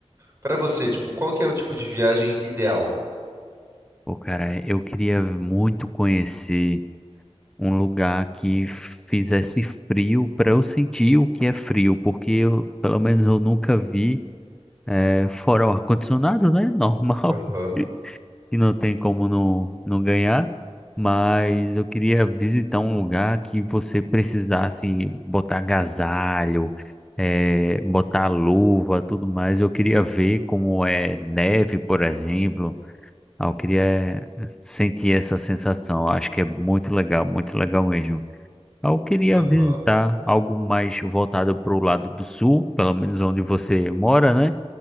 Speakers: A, on the right; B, in the centre.
A: Pra você, tipo, qual que é o tipo de viagem ideal?
B: pô, cara, eu queria muito conhecer um lugar que fizesse frio para eu sentir o que é frio, porque eu, pelo menos eu nunca vi é, fora o ar-condicionado, né? Normal.
A: Aham,
B: <laughs> que não tem como não, não ganhar, mas eu queria visitar um lugar que você precisasse botar agasalho, eh, botar luva, tudo mais. Eu queria ver como é neve, por exemplo. Ah, Eu queria eh, sentir essa sensação. Eu Acho que é muito legal, muito legal mesmo. Ah, Eu queria
A: aham.
B: visitar algo mais voltado para o lado do sul, pelo menos onde você mora, né?